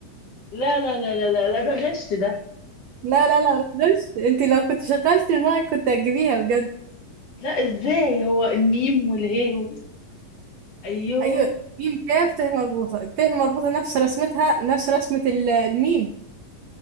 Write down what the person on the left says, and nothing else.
لا لا لا لا لا, لا ده غش ده
لا ازاي هو الميم والهي و... ايوه